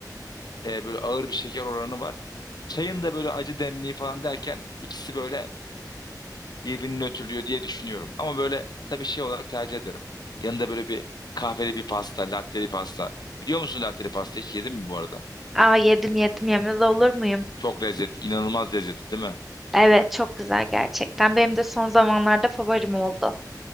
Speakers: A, on the left; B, in the centre.
A: e, böyle ağır bir şeker oranı var. Çayın da böyle acı demliği falan derken ikisi böyle birbirini nötrlüyor diye düşünüyorum. Ama böyle tabii şey olarak tercih ederim. Yanında böyle bir kahveli bir pasta, latteli pasta. Biliyor musun latteli pasta hiç yedin mi bu arada?
B: Aa yedim yedim yemez olur muyum?
A: Çok lezzetli, inanılmaz lezzetli değil mi?
B: Evet çok güzel gerçekten. Benim de son zamanlarda favorim oldu.